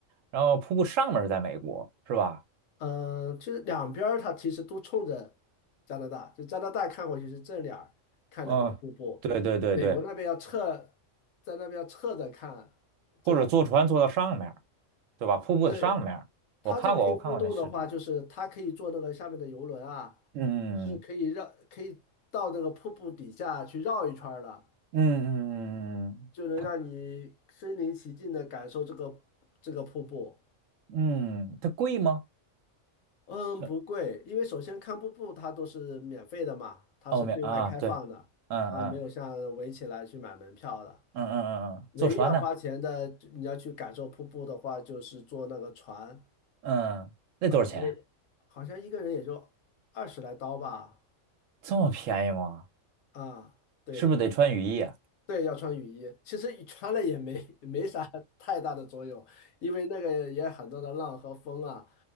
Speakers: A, on the right; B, on the left.
A: 然后瀑布上面儿是在美国，是吧？
B: 嗯，呃就是两边儿它其实都冲着加拿大，就加拿大看过去是正脸儿看两个瀑布，
A: 嗯，对对对对，
B: 美国那边要侧，在那边要侧着看这个。
A: 或者坐船坐到上面儿对吧？瀑布的上面儿我看过，
B: 对，它这个可以互动的话，
A: 我看过那视频。
B: 就是它可以坐那个下面的游轮啊，
A: 嗯
B: 是可以绕，可以到那个瀑布底下去绕一圈儿的，
A: 嗯嗯嗯它
B: 就能让你身临其境的感受这个这个瀑布。
A: 嗯，它贵吗？
B: 嗯，
A: 是
B: 不贵，因为首先看瀑布它都是免费的嘛，它是对外开放的，
A: 欧美啊，对，嗯嗯
B: 它没有像围起来去买门票的。
A: 嗯嗯嗯嗯，
B: 唯一要花钱的，
A: 坐船呢？
B: 就你要去感受瀑布的话，就是坐那个船，
A: 嗯，那多少钱？
B: 嗯，可能好像一个人也就二十来刀吧。
A: 这么便宜吗？
B: 啊，对的。
A: 是不是得穿雨衣啊？
B: 对，要穿雨衣。其实你穿了也没 <laughs> 没啥太大的作用，因为那个也很多的浪和风啊，